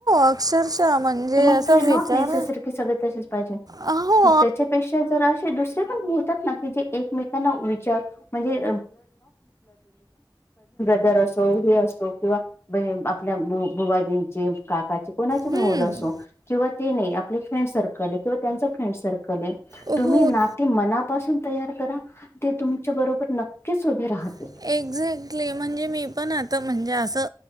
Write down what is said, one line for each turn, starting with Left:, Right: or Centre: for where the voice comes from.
Right: अक्षरशः म्हणजे
Left: तर मग
Right: असा
Left: ते <unintelligible>
Right: विचार
Left: कि सगळे तसेच पाहिजे.
Right: हो
Left: त्याच्यापेक्षा जर असे दुसरे पण होतात ना, की जे एकमेकांना विचार म्हणजे <unintelligible> असो हे असो किंवा बही आपल्या आ बु बूवाजींचे, काका ते कोणाचेही
Right: हम्म.
Left: मूल असो किंवा ते नाही आपले फ्रेंड सर्कल किंवा त्यांचं फ्रेंड सर्कल असो कणे
Right: हो
Left: तुम्ही नाती मनापासून तयार करा ते तुमच्या बरोब पण नक्कीच उभे राहत
Right: <unintelligible> म्हणजे मी पण आता म्हणजे असं